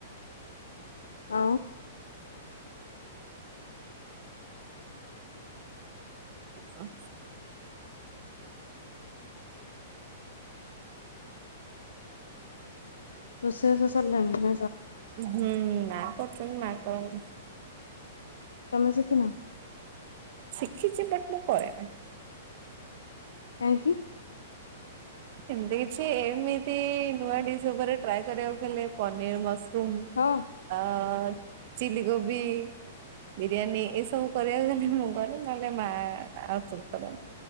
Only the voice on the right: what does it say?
ଆଚ୍ଛା।
ହୁଁ ମା କରୁଛନ୍ତି ମା କରନ୍ତିି
ଶିଖିଛି ବଟ ମୁଁ କରେ ନା।
ଏମତି କିଛି ଏମିତି ନୂଆ ଡିସ୍ ଉପରେ ଟ୍ରାଏ କରିବାକୁ ହେଲେ ପନିର ମସ ମ୍
ଆ ଚିଲି କୋବି ବିରିୟାନୀ ଏସବୁ କରିବାକୁ ଗଲେ ମୁଁ କରେ ନହେଲେ ମା ଆଉ ସବୁ କରନ୍ତି।